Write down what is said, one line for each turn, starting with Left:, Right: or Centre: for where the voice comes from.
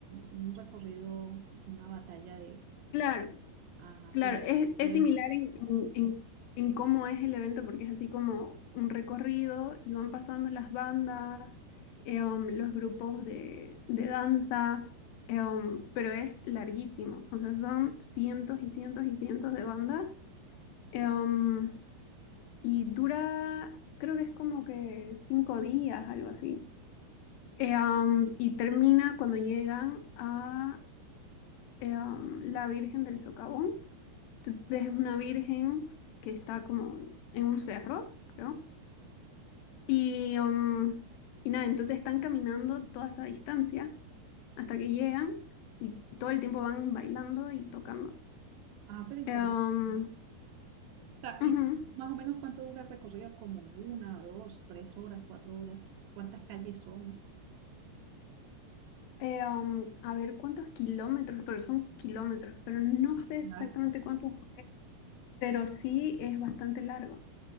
Right: un recorrido, una batalla de,
Left: Claro,
Right: ajá,
Left: Claro,
Right: pero,
Left: es,
Right: pero
Left: es similar
Right: es,
Left: en, en- en- en cómo es el evento, porque es así como un recorrido y van pasando las bandas, eh, um, los grupos de, de danza, eh, um, pero es larguísimo, o sea, son cientos y cientos y cientos de bandas, eh, um, y dura, creo que es como que cinco días, algo así, Eh, um, y termina cuando llegan a eh, um, la Virgen del Socavón. Entonces es una virgen que está como en un cerro, creo. Y, um, y nada, entonces están caminando toda esa distancia hasta que llegan y todo el tiempo van bailando y tocando.
Right: ajá, pero interesante.
Left: Eh, um,
Right: O sea,
Left: ujú.
Right: y más o menos cuánto dura el recorrido, como una, dos, tres horas, cuatro horas, cuántas calles son,
Left: Eh, um, a ver cuántos kilómetros, pero son kilómetros, pero no sé exactamente
Right: largo.
Left: cuántos, pero sí es bastante largo.